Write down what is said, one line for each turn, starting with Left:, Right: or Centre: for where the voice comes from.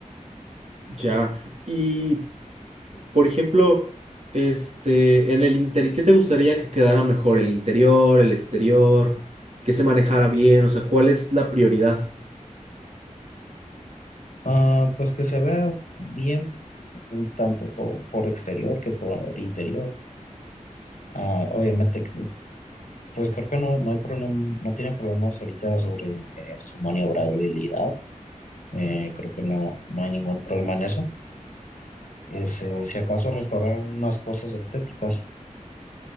Right: ya. Y, por ejemplo, este, en el interior, ¿qué te gustaría que quedara mejor? ¿El interior, el exterior? ¿Que se manejara bien? O sea, ¿cuál es la prioridad?
Left: Ah, pues que se vea bien tanto po- por, exterior que por interior. Ah, obviamente Pues creo que no, no hay problema, no tiene problemas ahorita sobre eh, su maniobrabilidad. Eh, creo que no, no hay ningún problema en eso. Es, eh, si acaso restaurar unas cosas estéticas,